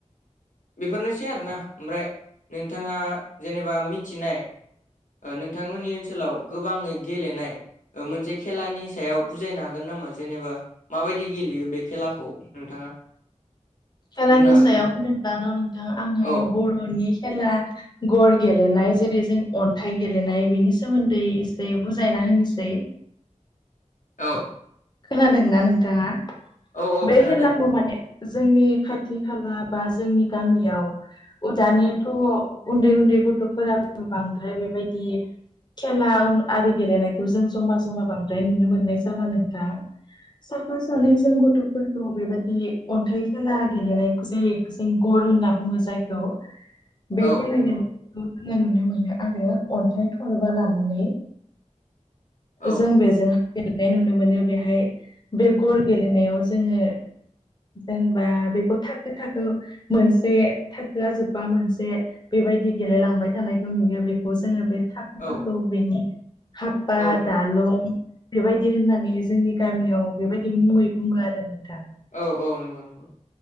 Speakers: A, on the left (about 80°); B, on the left (about 35°).
A: बेफोरनोसै आरोना ओमफ्राय नोंथाङा जेनेबा मिथिनाय नोंथांमोननि ओनसोलाव गोबाङै गेलेनाय मोनसे खेलानि सायाव बुजायनो हागोन नामा जेनेबा माबायदि गेलेयो बे खेलाखौ नोंथाङा
B: खेलानि
A: बुंनो हागोन
B: सायाव
A: नामा
B: होनोब्ला न' नोंथां आङो
A: औ
B: बर'नि खेला गर गेलेनाय जेरै जों अन्थाइ गेलेनाय बेनि सोमोन्दै एसे बुजायना होनोसै
A: औ
B: खोनादोंना नोंथाङा
A: औ औ
B: बे
A: खोनादों
B: खेलाखौ माने जोंनि खाथि खाला बा जोंनि गामियाव दानियाथ' उन्दै उन्दै गथ'फोराबो बांद्राय बेबायदि खेला आरि गेलेनायखौ जों जमा जमा बांद्राय नुनो मोननाय जाला नोंथां साफा सानैजों गथ'फोरखौ बेबायदि अन्थाइ खेला गेलेनायखौ जि जों गर होनना बुङो जायखौ
A: <inaudible>
B: बे खेला
A: नंगौ
B: गेलेनायखौ जोङो नुनो मोनो आरो अन्थाइ थरबा लानानै
A: औ
B: जों बेजों गेलेनाय नुनो मोनो बेहाय बे गर गेलेनायाव जोङो जेनेबा बेखौ थाखो थाखो मोनसे थाखोआ जोबबा मोनसे बेबायदि गेलेलांबाय थानायखौ नुयो बेखौ जोङो बे फोरखौ
A: औ
B: बेनि हफफा
A: औ नंगौ
B: दालं बेबायदि होननानै जोंनि गामियाव बेबायदि मुङै बुङो आरो नोंथां
A: औ औ नंगौ नंगौ